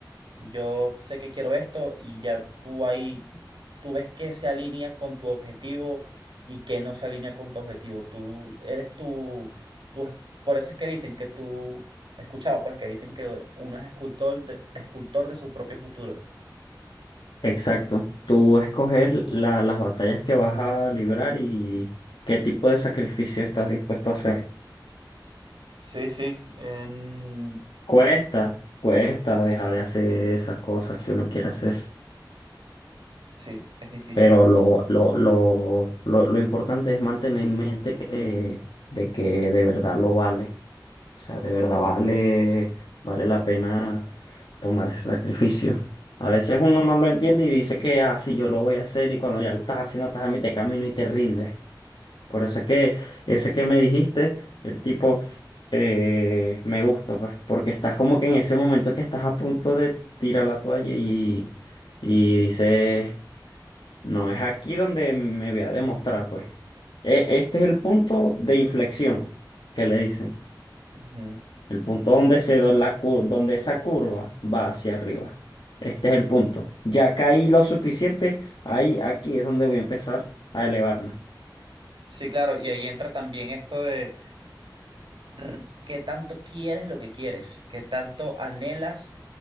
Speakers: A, on the right; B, on the left.
A: yo sé que quiero esto y ya tú ahí, tú ves qué se alinea con tu objetivo y qué no se alinea con tu objetivo. Tú eres tú, tú es- por eso es que dicen que tú, he escuchado pues que dicen que uno es escultor de, escultor de su propio futuro.
B: Exacto. Tú escoges la- las batallas que vas a librar y qué tipo de sacrificio estás dispuesto a hacer.
A: Sí, sí, en-
B: Cuesta, cuesta dejar de hacer esas cosas que uno quiere hacer.
A: sí, es difícil.
B: Pero lo, lo, lo, lo, lo importante es mantener en mente que, de que de verdad lo vale. O sea, de verdad vale, vale la pena tomar ese sacrificio. A veces uno no lo entiende y dice que, ah, sí, yo lo voy a hacer y cuando ya lo estás haciendo, estás a mitad de camino y te rindes. Por eso es que ese que me dijiste, el tipo, eh, me gusta, pues, porque estás como que en ese momento que estás a punto de tirar la toalla y, y dices, no es aquí donde me voy a demostrar, pues. E- Este es el punto de inflexión que le dicen,
A: Ujú.
B: el punto donde se da la cur- donde esa curva va hacia arriba. Este es el punto. Ya caí lo suficiente, ahí, aquí es donde voy a empezar a elevarme.
A: Sí, claro, y ahí entra también esto de... r- qué tanto quieres lo que quieres, qué tanto anhelas